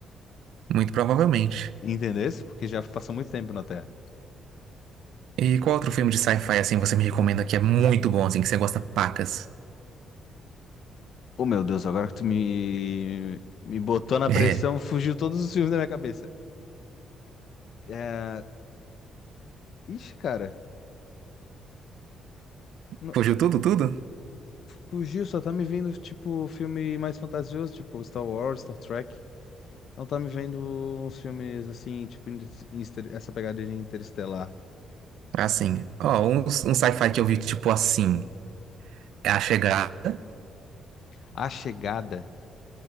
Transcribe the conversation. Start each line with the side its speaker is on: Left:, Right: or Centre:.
Right: Muito provavelmente.
Left: <laughs> Entendesse? Porque já passou muito tempo na Terra.
Right: E qual outro filme de sci-fi assim você me recomenda que é muito bom, assim, que você gosta pacas? <laughs>
Left: Oh, meu Deus, agora que tu me, me botou na
Right: É.
Left: pressão, fugiu todos os filmes da minha cabeça. É... Ixi, cara, não-
Right: Fugiu tudo, tudo?
Left: fugiu, só tá me vindo, tipo, filme mais fantasioso, tipo Star Wars, Star Trek. Não tá me vendo uns filmes assim, tipo, inter- inter- essa pegada de Interestelar.
Right: Assim. Ó, um, um sci-fi que eu vi, tipo assim, é A Chegada.
Left: A Chegada,